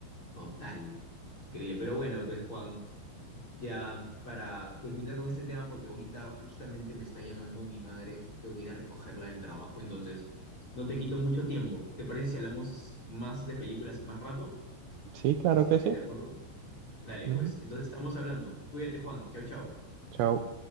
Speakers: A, on the left; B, on the right.
A: total. Increíble. Pero bueno, pues Juan, ya para culminar con este tema, porque ahorita justamente me está llamando mi madre, tengo que ir a recogerla del trabajo, entonces no te quito mucho tiempo. ¿Te parece si hablamos más de películas en más rato?
B: Sí, claro
A: No sé si
B: que
A: estés
B: sí.
A: de acuerdo. Dale, pues.
B: Ujú.
A: Entonces estamos hablando. Cuídate, Juan. Chau, chau.
B: Chao.